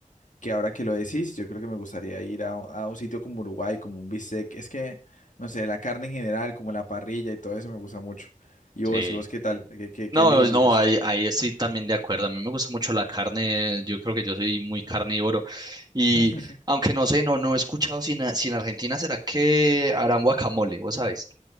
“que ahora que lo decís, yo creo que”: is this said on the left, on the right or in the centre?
Left